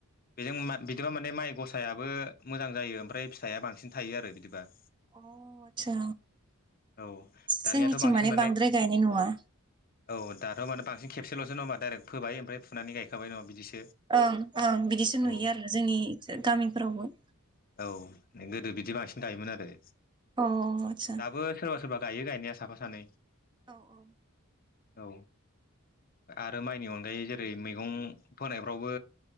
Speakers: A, on the left; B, on the right.
A: बेजों बिदिबा माने माइ गसायाबो मोजां जायो ओमफ्राय फिथाइया बांसिन थायो आरो बिदिबा
B: अ आतसा
A: औ दानियाथ'
B: जोंनिथिं
A: बांसिन
B: माने बांद्राय गायनाय नुवा
A: औ दाथ' माने बांसिन खेबसेल'सो नाडरेक्ट फोबाय ओमफ्राय फुनानै गायखाबाय नङा बिदिसो
B: ओं ओं बिदिसो नुयो
A: औ
B: आरो जोंनि गामिफोरावबो
A: औ गोदो बिदि बांसिन गायोमोन आरो
B: अ अ आतसा
A: दाबो सोरबा सोरबा गायो गायनाया साफा सानै
B: औ औ
A: औ आरो माइनि अनगायै जेरै मैगं फोनायफ्रावबो